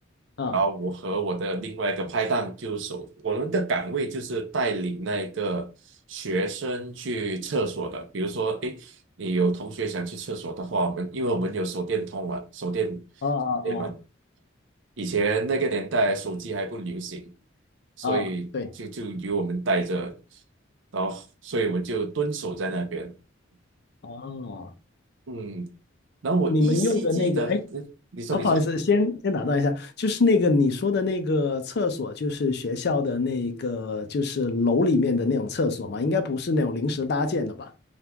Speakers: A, on the left; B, on the right.
A: 啊
B: 然后我和我的另外一个拍档就守，我们的岗位就是带领那个学生去厕所的。比如说，诶，你有同学想去厕所的话，我们因为我们有手电筒嘛，手电手电嘛，
A: 啊啊啊
B: 以前那个年代手机还不流行，所以就就由我们带着，
A: 啊，对
B: 然后所以我们就蹲守在那边。
A: 哦，
B: 嗯，然后我依稀记得，
A: 你们用的那个，哎，
B: 嗯，你说你说
A: 好，不好意思，先先打断一下，就是那个你说的那个厕所，就是学校的那个，就是楼里面的那种厕所嘛，应该不是那种临时搭建的吧？